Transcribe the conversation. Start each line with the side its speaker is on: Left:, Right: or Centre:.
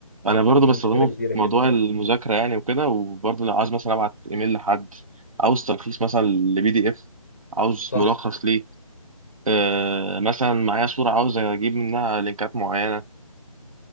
Right: انا برضو
Left: فدي
Right: بستخدمه
Left: مشكله كبيره
Right: في موضوع
Left: جدا
Right: المذاكره يعني وكده وبرضو لو عاوز مثلا ابعت ايميل لحد عاوز تلخيص مثلا لبي دي اف عاوز
Left: صح
Right: ملخص ليه آه مثلا معايا صوره عاوز اجيب منها لينكات معينه